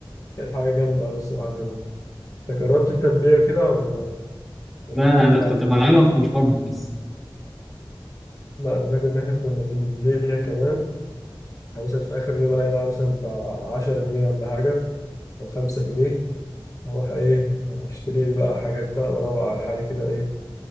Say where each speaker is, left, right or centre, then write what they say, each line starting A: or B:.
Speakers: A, on the left; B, in the centre.
A: كانت حاجه جامده قوي الصراحه زمان انت جربت انت تبيع كده ولا ولا
B: لا
A: كنت
B: لا
A: بتلعب
B: لا كنت بلعبها
A: بس
B: فور فن بس
A: لا انا فاكر ان احنا كنا بنبيع كمان او مثلا في اخر يوم الاقي معايا مثلا بتاع 10 جنيه ولا حاجه او 5 جنيه اروح ايه اشتري لي بقى حاجات بقى واروق على حالي كده ايه